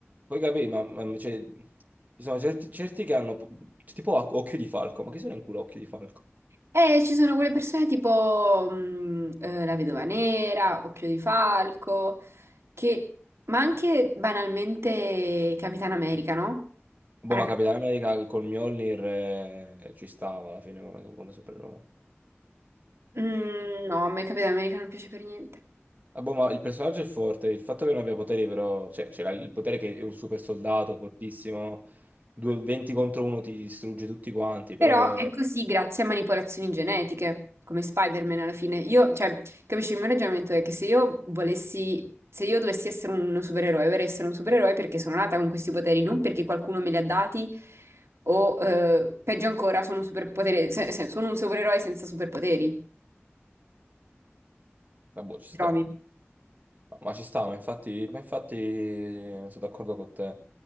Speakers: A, on the right; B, on the right.
A: Poi capì, ma, ma- cioè, ci sono certi, certi che hanno po- tipo oc- occhio di falco, ma chi sono in culo occhio di falco?
B: Eh, ci sono quelle persone tipo mh, eh, La Vedova Nera, Occhio di Falco, che... ma anche banalmente Capitan America, no?
A: Boh,
B: Ora,
A: ma
B: cap-
A: Capitano America col Mjolnir eh, ci stava alla fine come, come supereroe.
B: Mm, no, a me Capitan America non piace per niente.
A: Ah, boh, ma il personaggio è forte, il fatto che non abbia poteri però, cioè c'era il potere che è un super soldato fortissimo, due- 20 contro uno ti distrugge tutti quanti, però...
B: Però è così grazie a manipolazioni genetiche, come Spider-Man alla fine. Io, cioè, capisci, il mio ragionamento è che se io volessi, se io dovessi essere un supereroe, vorrei essere un supereroe perché sono nata con questi poteri, non perché qualcuno me li ha dati o, eh, peggio ancora, sono un superpotere, se- se- sono un supereroe senza superpoteri.
A: Ah, boh, ci
B: Trovi?
A: sta. Ma ci sta, ma infatti, ma infatti sono d'accordo con te.